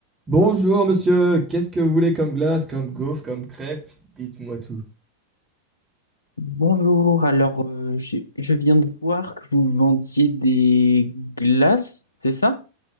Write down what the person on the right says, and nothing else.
Bonjour monsieur, qu'est-ce que vous voulez comme glace, comme gaufre, comme crêpe? Dites-moi tout.